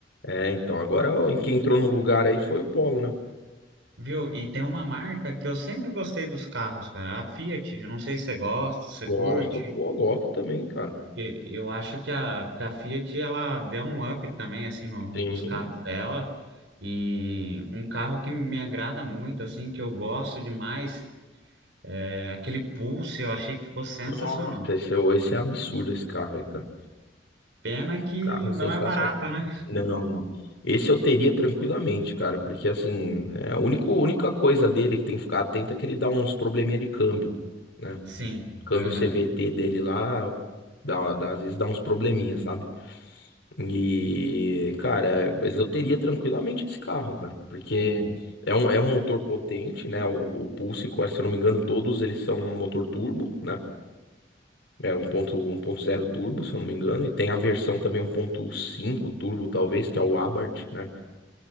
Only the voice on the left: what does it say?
É, então, agora ó, quem entrou no lugar aí foi o Polo, né?
Gosto,
pô, gosto também, cara.
Sim.
Nossa, esse, é- esse é absurdo esse carro aí, cara.
O
Carro é
sensacional.
Não, não. Esse eu teria tranquilamente, cara, porque assim, é, a única, única coisa dele que tem que ficar atento é que ele dá uns probleminha de câmbio, né?
Câmbio
CVT dele lá, dá, dá- às vezes dá uns probleminha, sabe? E, cara, mas eu teria tranquilamente esse carro, cara, porque
é um, é um motor potente, né? O, o Pulse, co- se eu não me engano, todos eles são um motor turbo, né? É um um ponto um ponto zero turbo, se eu não me engano, e tem a versão também um ponto cinco turbo, talvez, que é o Abarth, né?